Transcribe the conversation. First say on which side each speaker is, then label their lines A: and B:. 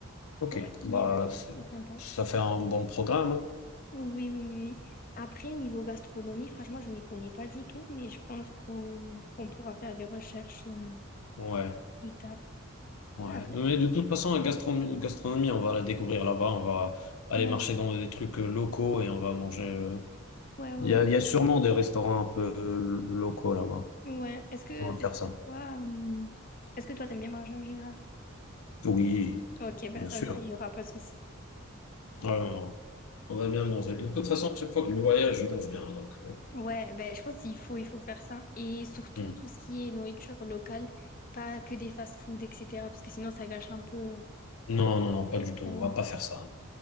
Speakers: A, on the left; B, on the left.
A: Ok,
B: Ok,
A: bah,
B: ben, je
A: c'est-
B: pense que c'est sympa.
A: ça fait un bon programme. hein.
B: Oui, oui, oui. Après, niveau gastronomie, franchement, je m'y connais pas du tout, mais je pense qu'on qu'on pourra faire des recherches euh,
A: Ouais,
B: plus tard.
A: ouais.
B: Après,
A: Mais de toute façon, la gastronomie, gastronomie, on va la découvrir là-bas. On va aller
B: ouais,
A: marcher dans des trucs euh, locaux et on va manger. euh,
B: ouais, ouais.
A: Il y a, il y a sûrement des restaurants un peu locaux là-bas.
B: ouais. Ouais. Est-ce que,
A: Comment faire
B: est-ce que
A: ça?
B: toi, hum, est-ce que toi, t'aimes bien manger en général?
A: Oui,
B: Ok, bah
A: bien
B: ça,
A: sûr.
B: je- il n'y aura pas de souci.
A: Non, non, non. On va bien manger. De toute façon, à chaque fois que je voyage, je mange bien. Donc... euh,
B: Ouais, ben je pense qu'il faut, il faut faire ça. Et surtout,
A: hmm.
B: tout ce qui est nourriture locale, pas que des fast-food, etc. Parce que sinon, ça gâche un peu euh,
A: Non, non, non, pas
B: l'expérience.
A: du tout. On va pas faire ça.